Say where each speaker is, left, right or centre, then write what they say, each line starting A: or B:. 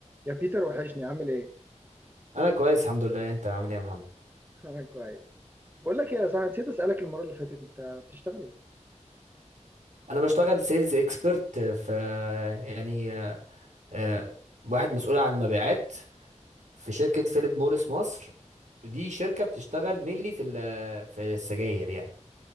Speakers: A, on the right (about 15°); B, on the right (about 75°).
A: يا بيتر وحشني عامل ايه؟
B: انا كويس الحمد لله انت عامل ايه يا محمد
A: <laughs> انا كويس بقول لك ايه يا صاحبي نسيت اسالك المره اللي فاتت انت بتشتغل ايه؟
B: انا بشتغل سيلز اكسبرت في يعني آه، واحد مسؤول عن مبيعات في شركة فيليب موريس مصر دي شركة بتشتغل مينلي في ال- في السجاير يعني